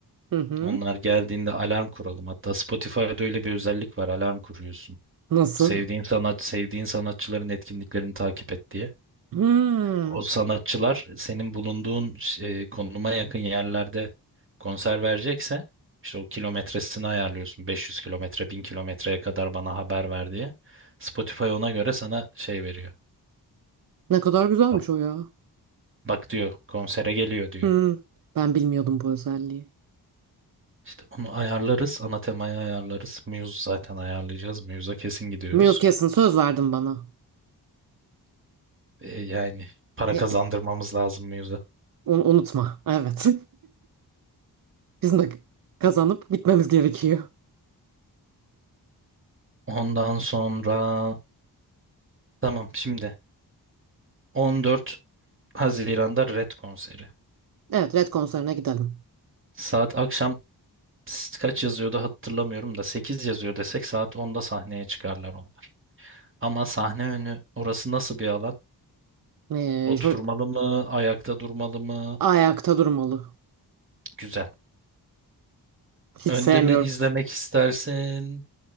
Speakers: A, on the right; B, on the right.
A: Hı hı.
B: Onlar geldiğinde alarm kuralım. Hatta Spotify'da öyle bir özellik var. Alarm kuruyorsun.
A: Nasıl?
B: Sevdiğin sanat, sevdiğin sanatçıların etkinliklerini takip et diye.
A: Hmm.
B: O sanatçılar senin bulunduğun e, konuma yakın yerlerde konser verecekse işte o kilometresini ayarlıyorsun. 500 kilometre, 1000 kilometreye kadar bana haber ver diye. Spotify ona göre sana şey veriyor.
A: Ne kadar güzelmiş
B: Bak,
A: o ya.
B: bak diyor konsere geliyor diyor.
A: Hmm. Ben bilmiyordum bu özelliği.
B: İşte onu ayarlarız. Ana temayı ayarlarız. Muse zaten ayarlayacağız. Muse'a kesin gidiyoruz.
A: Muse kesin söz verdin bana.
B: E, yani para
A: E,
B: kazandırmamız lazım Muse'a.
A: un- unutma. Evet. <laughs> Bizim de kazanıp gitmemiz gerekiyor.
B: Ondan sonra tamam şimdi 14 Haziran'da Red konseri.
A: Evet, Red konserine gidelim.
B: Saat akşam s- kaç yazıyordu hatırlamıyorum da 8 yazıyor desek saat onda sahneye çıkarlar onlar. Ama sahne önü orası nasıl bir alan?
A: Ee,
B: Oturmalı
A: şöyle
B: mı? Ayakta durmalı mı?
A: ayakta durmalı.
B: Güzel.
A: Hiç
B: Önde
A: sevmiyorum.
B: mi izlemek istersin?